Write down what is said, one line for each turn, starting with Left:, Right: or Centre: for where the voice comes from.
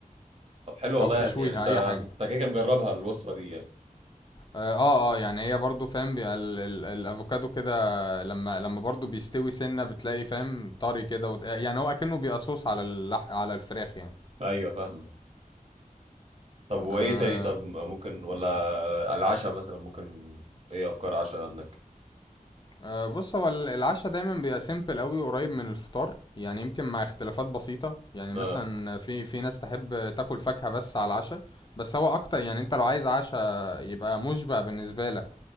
Right: طب حلو والله
Left: او تشويها
Right: يعني يعني انت
Left: اي حاجة
Right: انت كده كده مجربها الوصفه دي يعني
Left: اه اه آه، يعني هي برضه فاهم بيبقى ال... ال... الافوكادو كده لما لما برضه بيستوي سنة بتلاقي فاهم طري كده وت... يعني هو اكنه بيبقى صوص على اللح... على الفراخ يعني
Right: ايوه فاهمه طب وايه
Left: آه
Right: تاني طب ممكن ولا على العشاء مثلا ممكن ايه افكار عشاء عندك
Left: أه بص هو ال- العشاء دايما بيبقى سيمبل قوي قريب من الفطار يعني يمكن مع اختلافات بسيطة يعني
Right: اه
Left: مثلا في في ناس تحب تاكل فاكهة بس على العشاء بس هو اكتر يعني انت لو عايز عشاء يبقى مشبع بالنسبة لك